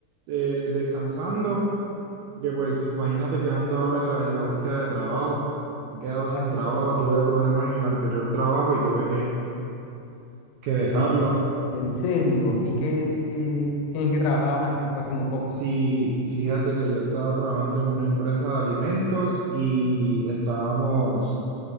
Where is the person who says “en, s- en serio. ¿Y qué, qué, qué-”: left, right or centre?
Left